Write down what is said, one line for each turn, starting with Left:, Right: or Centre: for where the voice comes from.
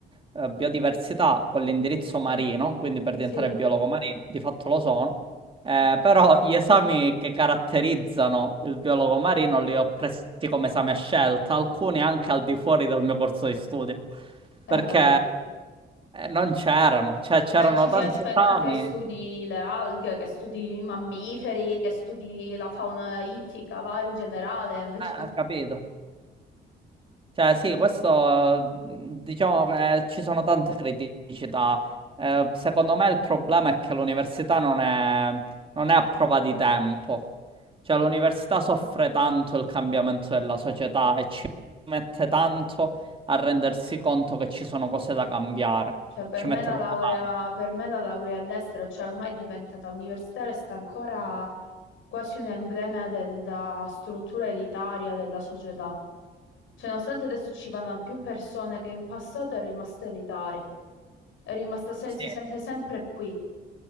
Right: eh, biodiversità con l'indirizzo marino, quindi per diventare
Left: sì, eh,
Right: biologo marino, di fatto lo sono, eh, però gli esami che caratterizzano il biologo marino li ho presi come esami a scelta, alcuni anche al di fuori del mio corso di studio, perché
Left: capì.
Right: eh, non c'erano, cioè c'erano
Left: Cioè, ci si
Right: tanti
Left: aspetta
Right: esami,
Left: che studi le alghe, che studi i mammiferi, che studi la fauna ittica, va in generale, invece
Right: eh, ho capito. Cioè, sì,
Left: <laughs>
Right: questo mh, diciamo eh, ci sono tante criticità. Eh, secondo me il problema è che l'università non è, non è a prova di tempo. Cioè, l'università soffre tanto il cambiamento della società e ci mette tanto a rendersi conto che ci sono cose da cambiare.
Left: Cioè, per
Right: Ci
Left: me
Right: mette
Left: la
Right: proprio
Left: laurea,
Right: tanto.
Left: per me la laurea all'estero, cioè ormai è diventata universitaria e sta ancora quasi un emblema della struttura elitaria della società. Cioè, nonostante adesso ci vadano più persone che in passato, è rimasta elitaria. È rimasta, se-
Right: Sì,
Left: si sente sempre qui.